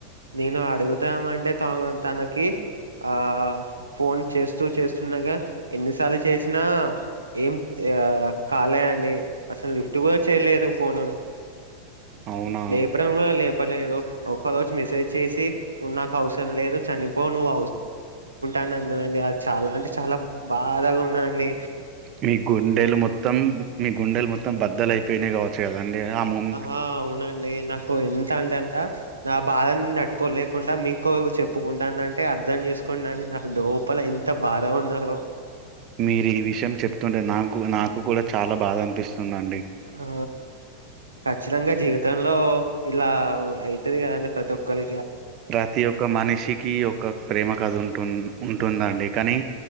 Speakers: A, on the right; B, on the right.
A: నేను అడుగుతామంటే త తనకి ఆ ఫోన్ చేస్తూ చేస్తూ చిన్నగా ఎన్నిసార్లు చేసినా ఏం కాలే అండి అసలు టు చేయలేదు ఫోను
B: అవునా
A: లేపడం చెప్పలేదు ఒక రోజు మెసేజ్ చేసి నాకు అవసరం లేదు చనిపో నువ్వు అని అన్నదండి అ చాలా అంటే చాలా బాధాగా వున్నదండి
B: మీ గుండెలు మొత్తం మీ గుండెలు మొత్తం బద్దలు అయిపోయినయి కావచ్చు కదండి ఆ మం
A: అ అవునండి నాకు ఎంత అంటేంత నా బాధని తట్టుకోలేకుండా మీకు చెప్పుకుంటాంనంటే అర్థం చే చేసుకోం అండి నాకు లోపల ఎంత బాధ ఉన్నదొ
B: మీరు ఈ విషయం చెప్తుంటే నాకు నాకు గుడా చాలా బాధ అనిపిసుదండి
A: ఆ ఖచ్చితంగా జీవితంలో ఇలా అయితది కదండి ప్రతి ఒక్కల్
B: ప్రతి ఒక్క మనిషికి ఒక ప్రేమ కద ఉంటు ఉంటుందండి కానీ